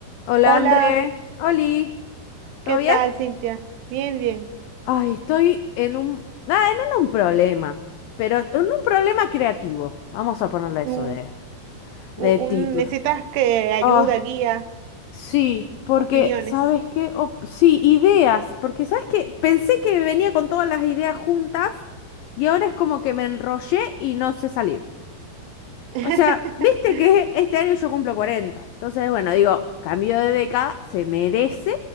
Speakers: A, on the left; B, on the right.
A: Hola
B: Hola,
A: André, Oli, ¿todo
B: ¿qué
A: bien?
B: tal, Cintia? Bien, bien.
A: Ay, estoy en un, ah, no en un problema, pero en un problema creativo. Vamos a ponerle eso
B: Un,
A: de, de
B: u-
A: título.
B: un- necesitas que ayuda,
A: Oh,
B: guía,
A: sí, porque,
B: opiniones.
A: ¿sabes qué? Oh, sí, ideas, porque, ¿sabes qué? Pensé que venía con todas las ideas juntas y ahora es como que me enrollé y no sé salir.
B: <laughs>
A: O sea, viste que este año yo cumplo 40, Entonces, bueno, digo, cambio de década, se merece